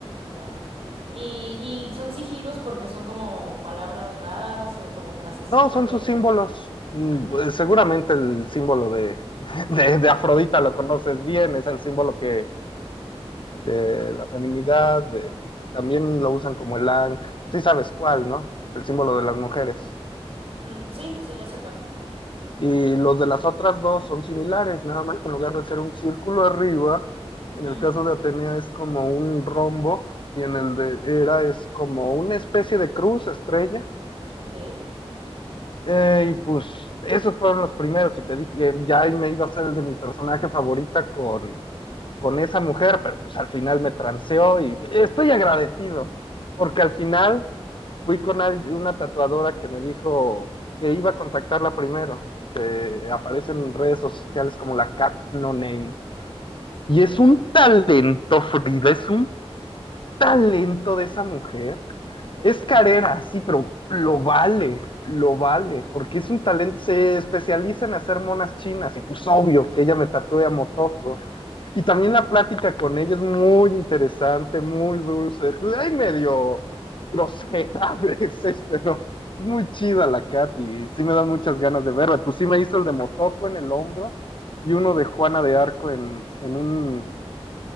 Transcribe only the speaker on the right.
ya. ¿Y, y son sigilos porque son como palabras raras o como frasecitas?
Ok.
Ah,
mm, sí, sí, ya sé cuál.
Mm,
ok,
ok,
ok,